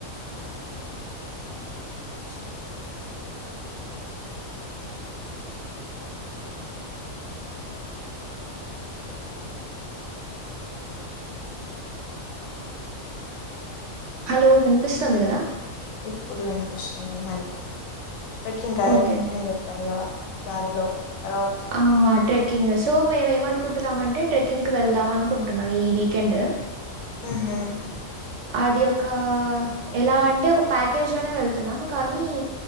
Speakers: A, on the left (about 80°); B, on the right (about 65°).
A: స
B: హలో విన్పిస్తుంది గదా
A: ఇప్పుడు విన్పిస్తుంది మళ్ళీ ట్రెక్కింగ్ కదే
B: ఓకే.
A: ట్రెక్కింగ్
B: ఓకే.
A: <inaudible> పదిగా దారిలో తర్వాత్
B: ఆ ట్రెక్కింగ్ సో మేము ఏమనుకుంటున్నాం అంటే ట్రెక్కింగ్కి వెళ్దాం అనుకుంటున్నాం ఈ వీకెండ్
A: ఉహు
B: అది ఒక ఎలా అంటే ఒక ప్యాకేజ్ అనే వెళ్తున్నాము కానీ